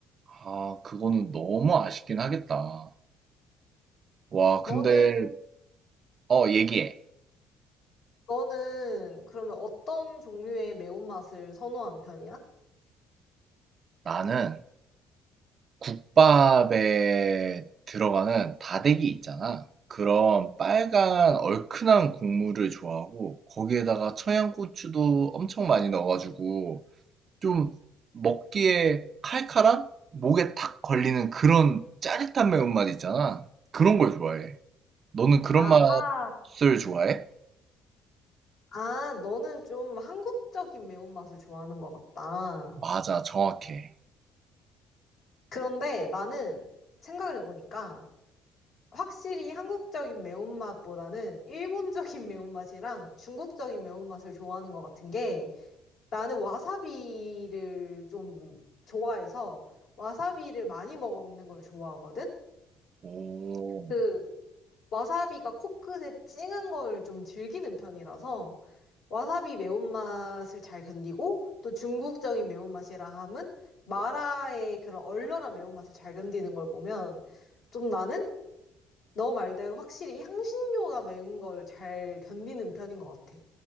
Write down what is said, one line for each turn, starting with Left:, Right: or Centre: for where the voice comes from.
Right: 아, 그거는 너무 아쉽긴 하겠다. 와, 근데,
Left: 너는,
Right: 어, 얘기해.
Left: 너는 그러면 어떤 종류의 매운맛을 선호한 편이야?
Right: 나는 국밥에 들어가는 다대기 있잖아. 그런 빨간 얼큰한 국물을 좋아하고 거기에다가 청양고추도 엄청 많이 넣어가지고 좀 먹기에 칼칼한 목에 탁 걸리는 그런 짜릿한 매운맛 있잖아. 그런 걸 좋아해. 너는 그런
Left: 아하.
Right: 맛을 좋아해?
Left: 아, 너는 좀 한국적인 매운맛을 좋아하는 것 같다.
Right: 맞아, 정확해.
Left: 그런데 나는 생각을 해보니까 확실히 한국적인 매운맛보다는 일본적인 매운맛이랑 중국적인 매운맛을 좋아하는 것 같은 게 나는 와사비를 좀 좋아해서 와사비를 많이 먹는 걸 좋아하거든?
Right: 오.
Left: 그 와사비가 코끝에 찡한 걸 좀 즐기는 편이라서 와사비 매운맛을 잘 견디고 또 중국적인 매운맛이라 함은 마라의 그런 얼얼한 매운맛을 잘 견디는 걸 보면 좀 나는 너 말대로 확실히 향신료가 매운 걸 잘 견디는 편인 것 같아.